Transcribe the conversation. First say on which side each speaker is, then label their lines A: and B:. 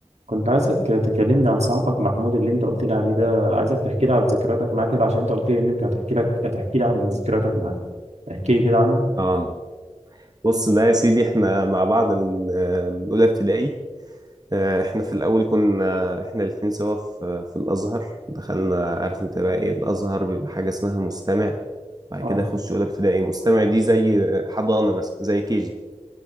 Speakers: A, on the right; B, on the right.
A: كنت عايزك تكلمني عن صاحبك محمود اللي انت قلت لي عليه ده عايزك تحكي لي عن ذكرياتك معاه كده عشان انت قلت لي ان انت هتحكي لك هتحكي لي عن ذكرياتك معاه احكي لي كده عنها
B: اه بص ده يا سيدي احنا مع بعض من آه، من اولى ابتدائي آه، احنا في الاول كنا احنا الاتنين سوا في في الازهر دخلنا عارف انت بقى ايه الازهر بيبقى حاجه اسمها مستمع بعد
A: اه
B: كده يخش اولى ابتدائي مستمع دي زي حضانه مثلا زي كيجي